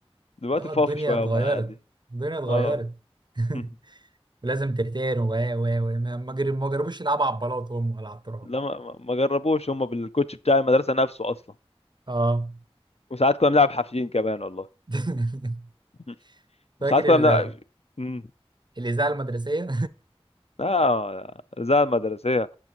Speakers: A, on the left; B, on the right.
A: دلوقتي
B: اه
A: فاضي
B: الدنيا
A: شويه
B: اتغيرت
A: هم العيال دي
B: الدنيا اتغيرت
A: اه
B: <laughs>
A: <laughs>
B: لازم ترتين و و و ما ما جر- ما جربوش يلعبوا على البلاط هم ولا على التراب
A: لا ما, ما ما جربوش هم بالكوتش بتاع المدرسه نفسه اصلا
B: اه
A: وساعات كنا بنلعب حافيين كمان والله
B: <laughs>
A: <laughs> وساعات
B: فاكر
A: كنا
B: ال-
A: بنلعب <laughs> امم
B: الاذاعه المدرسيه
A: اه الإذاعة المدرسية